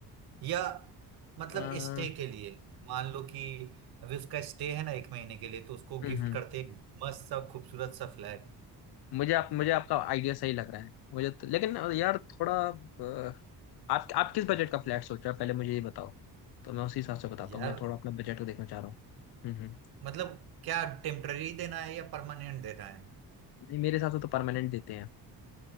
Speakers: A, on the right; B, on the left.
A: या मतलब
B: आ, हम्म
A: स्टे के लिए मान लो कि अभी उसका स्टे है ना एक महीने के लिए तो उसको गिफ्ट
B: हम्म
A: करते हैं एक मस्त सा खूबसूरत सा फ्लैट
B: मुझे आप मुझे आपका आइडिया सही लग रहा है मुझे तो, लेकिन यार थोड़ा अ, आप आप किस बजट का फ्लैट सोच रहे हो पहले मुझे ये बताओ तो मैं उसी हिसाब से बताता
A: यार
B: हूँ मैं थोड़ा अपना बजट को देखना चाह रहा हूँ हम्म हम्म
A: मतलब क्या टेम्पररी देना है या परमानेंट देना है
B: नहीं, मेरे हिसाब से तो परमानेंट देते हैं